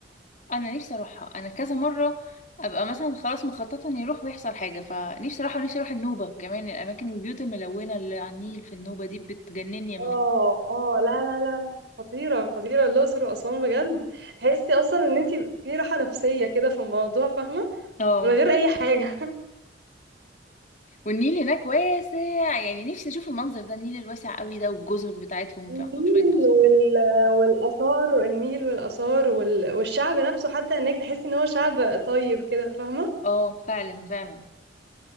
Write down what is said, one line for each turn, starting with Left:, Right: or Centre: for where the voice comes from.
Left: انا نفسي اروحها انا كذا مره ابقى مثلا خلاص مخططه اني اروح ويحصل حاجه فنفسي اروحها ونفسي اروح النوبه كمان الاماكن والبيوت الملونه اللي على النيل في النوبه دي بتجنني لما
Right: اه
Left: بشوف-
Right: اه لا لا لا لا خطيره خطيره الاقصر واسوان بجد تحسي اصلا ان انت في راحه نفسيه كده في الموضوع فاهمه
Left: اه
Right: من غير اي حاجه
Left: والنيل هناك واسع يعني نفسي اشوف المنظر ده النيل الواسع قوي ده والجزر بتاعتهم
Right: <laughs> النيل
Left: في عندهم شويه جزر
Right: وال والاثار النيل والاثار وال... والشعب نفسه حتى هناك تحسي ان هو شعب طيب كده فاهمه
Left: اه فعلا فعلا